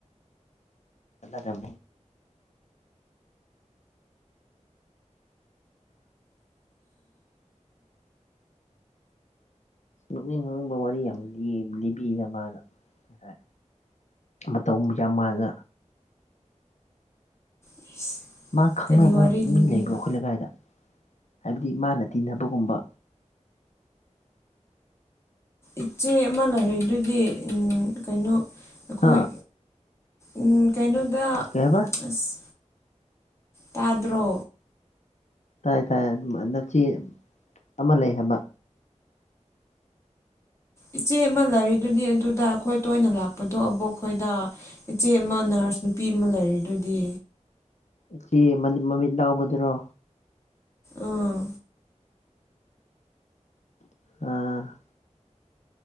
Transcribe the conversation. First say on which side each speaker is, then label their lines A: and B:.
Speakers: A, on the left; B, on the left.
A: ꯆꯂ ꯇꯝꯅꯤ ꯅꯣꯛꯅꯤꯡ ꯍꯨꯅꯤꯡꯕ ꯋꯥꯔꯤ ꯌꯥꯝ ꯂꯤꯕꯤꯅ ꯃꯥꯅ ꯉꯁꯥꯏ ꯑꯃ ꯇꯧꯕ ꯌꯥꯝ ꯃꯥꯥꯟꯅ
B: ꯏꯁ
A: ꯃꯥ ꯈꯪꯅꯕ
B: ꯀꯔꯤ ꯋꯥꯔꯤ
A: ꯃꯤ
B: ꯂꯤꯕꯤꯕ
A: ꯂꯩꯕꯣ ꯑꯩꯈꯣꯏ ꯂꯩꯀꯥꯏꯗ ꯍꯥꯏꯕꯗꯤ ꯃꯥꯅ ꯇꯤꯟꯅꯕꯒꯨꯝꯕ
B: ꯏꯆꯦ ꯑꯃ ꯂꯩꯔꯤꯗꯨꯗꯤ ꯀꯩꯅꯣ ꯑꯩꯈꯣꯏ
A: ꯍꯥ
B: ꯎꯝ ꯀꯩꯅꯣꯗ
A: ꯀꯩ ꯍꯥꯏꯕ
B: ꯑꯁ ꯇꯥꯗ꯭ꯔꯣ
A: ꯇꯥꯏ ꯇꯥꯏꯅꯆꯦ ꯑꯃ ꯂꯩ ꯍꯥꯏꯕ
B: ꯏꯆꯦ ꯑꯃ ꯂꯩꯔꯤꯗꯨꯗꯤ ꯑꯗꯨꯗ ꯑꯩꯈꯣꯏ ꯇꯣꯏꯅ ꯂꯥꯛꯄꯗꯣ ꯑꯕꯨꯛ ꯑꯩꯈꯣꯏꯗ ꯏꯆꯦ ꯑꯃ ꯅꯔꯁ ꯅꯨꯄꯤ ꯑꯃ ꯂꯩꯔꯤꯗꯨꯗꯤ
A: ꯏꯆꯦꯃꯤ ꯃꯃꯤꯠ ꯂꯥꯎꯕꯗꯨꯔꯣ
B: ꯑꯥ
A: ꯎꯝ